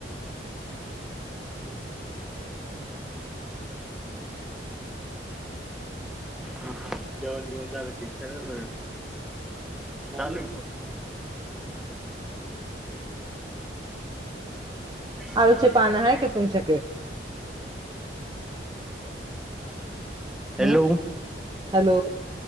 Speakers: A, in the centre; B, on the right.
A: जेवण बीवण झालं का विचारा ना? चालू
B: ांले
A: आहे
B: आळूचे
A: मा
B: पानं
A: का आहेु
B: आहे तुमच्याकडे
A: हॅलो.
B: हम्म हॅलो